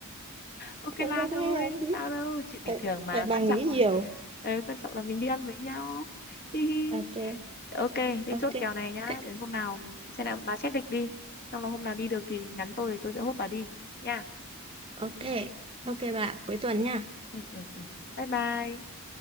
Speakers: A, on the left; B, on the right.
A: ok là
B: tại bà nghe
A: thôi
B: không gì
A: sao đâu chuyện bình
B: tại
A: thường mà
B: tại bà
A: quan
B: nghĩ
A: trọng
B: nhiều
A: là ờ, quan trọng là mình đi ăn với nhau hi hi
B: ok
A: ok thế
B: ok
A: chốt kèo này nhá
B: Thế-
A: đến hôm nào xem nào bà xét lịch đi xong là hôm nào đi được thì nhắn tôi thì tôi sẽ hốt bà đi nha
B: ok ok bà cuối tuần nha
A: ừ ừ ừ bye bye